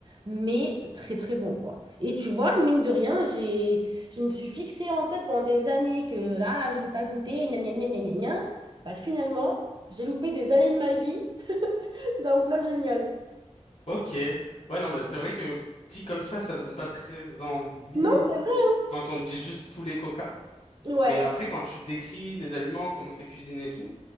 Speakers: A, on the right; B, on the left.
A: mais très très bon, quoi. Et tu vois, mine de rien, j'ai, je me suis fixée en tête pendant des années que ah, je ne veux pas goûter, gna gna gna gna gna gna. Bah, finalement, j'ai loupé des années de ma vie <laughs> d'un plat génial.
B: Ok. Ouais, non, mais c'est vrai que dit comme ça, ça donne pas très envie
A: Non, c'est vrai.
B: euh, quand on dit juste poulet coca.
A: Ouais.
B: Mais après, quand tu décris les aliments, comment c'est cuisiné et tout,